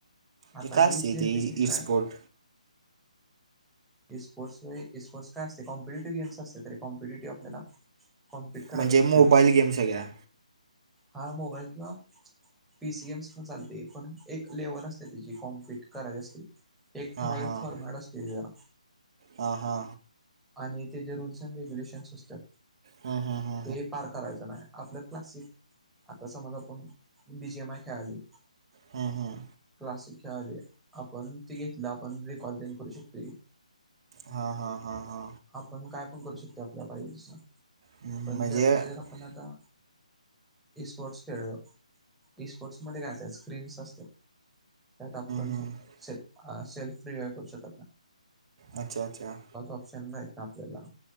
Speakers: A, in the centre; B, on the right.
A: आता
B: ते काय
A: युथ
B: असते
A: जनरेशन
B: ते ई
A: काय
B: स्पोर्ट
A: स्पोर्ट्स स्पोर्ट्सयते कॉम्पटिव्ह गम्स अस तरीॉ्पिटेटिव आपल्याला कॉम्पिट करात
B: म्हणजे
A: असते
B: मोबाईल गेम सगळ्या
A: हा मोबाईल किंवा पी सी एमस चालते पण एक लेवल असते तिची कॉम्पिट करायची असते एक
B: हां
A: ठराविक
B: हां
A: फॉर्मॅट असते तिचा
B: हा हा
A: आणि ते जे रूल्स अँड रेग्युलेशन्स असतात
B: हा हा ह.
A: ते पार करायचं नाही आपलं क्लासिक आता समज आपण बीजीएम आय खेळाली.
B: हम् हम्
A: क्लासिक खेळाले आपण ते घेतलं आपण र कॉलज करू शकते.
B: हा हा हा हा.
A: आपण काय पण करू शकते आपल्या पाहिजे तस
B: हम्म
A: पण
B: म्हणजे
A: जर ते
B: हम्म
A: जर आपण आता स्पोर्ट्स खेळलो स्पोर्ट्स मध्ये गाचायच. स्क्रीन्स असते त्यात आपण
B: हम्म
A: से सेल्फ फ्री वय करू शकतो.
B: अच्छा अच्छा.
A: ऑप्शन मा ना आपल्याला